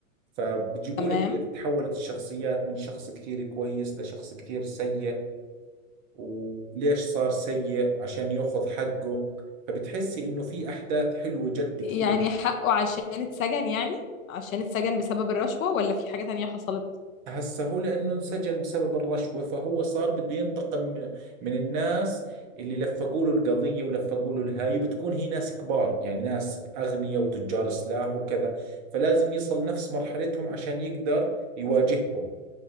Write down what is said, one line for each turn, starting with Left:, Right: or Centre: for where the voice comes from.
Right: فبجيبوا
Left: تمام
Right: لك كيف تحولت الشخصيات من شخص كثير كويس لشخص كثير سيء وليش صار سيء عشان ياخذ حقه فبتحسي انه في احداث حلوة جد
Left: يعني
Right: كثير
Left: حقه عشان اتسجن يعني عشان اتسجن بسبب الرشوة ولا في حاجة تانية حصلت
Right: هسه هو لأنه انسجن بسبب الرشوة فهو صار بده ينتقم من, من الناس اللي لفقوا له القضية ولفقوا له الهاي وبتكون هي ناس كبار يعني ناس أغنياء وتجار سلاح وكذا فلازم يصل نفس مرحلتهم عشان يقدر يواجههم